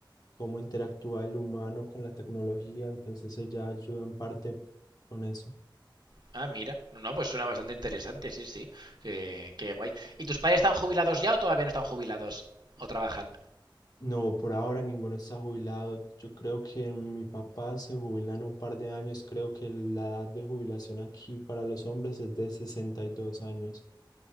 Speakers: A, on the left; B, on the right.
A: cómo interactúa el humano con la tecnología, entonces ella ayuda en parte con eso.
B: Ah, mira. No, pues suena bastante interesante, sí, sí. Qué, qué guay. ¿Y tus padres están jubilados ya o todavía no están jubilados? ¿O trabajan?
A: No, por ahora ninguno está jubilado. Yo creo que mi papá se jubila en un par de años. Creo que la edad de jubilación aquí para los hombres es de 62 años.